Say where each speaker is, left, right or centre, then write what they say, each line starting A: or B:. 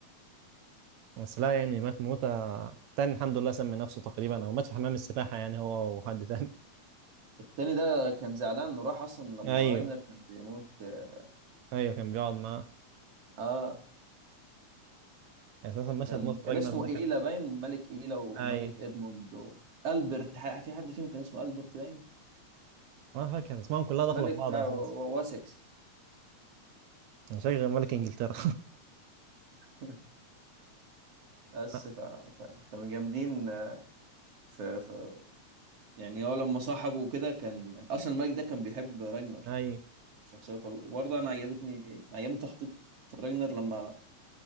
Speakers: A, on the right (about 75°); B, on the right (about 55°).
A: بس لا يعني مات موتة تاني الحمد لله سمي نفسه تقريبا او مات في حمام السباحه يعني هو وحد تاني
B: التاني ده كان زعلان انه راح اصلا
A: <laughs>
B: لما
A: ايوه
B: راجنر كان بيموت اه
A: ايوه كان بيقعد معاه
B: آه.
A: يعني اساسا مشهد
B: كان
A: ماتش
B: كان
A: راجنر
B: اسمه
A: ده
B: ايلا
A: كان
B: باين ملك ايلا وملك
A: ايوه
B: ادموند و... البرت ح- في حد فيهم كان اسمه البرت باين
A: ما فاكر اسمائهم كلها داخله
B: ملك
A: في بعض
B: بتاع
A: اساسا
B: و- واسكس
A: شغل ملك انجلترا
B: <laughs> بس
A: <laughs>
B: فكان كانوا جامدين في, في يعني هو لما صاحبه وكده كان اصلا الملك ده كان بيحب راجنر
A: ايوه
B: شخصيه كله وبرضه انا عجبتني عجبني تخطيط راجنر لما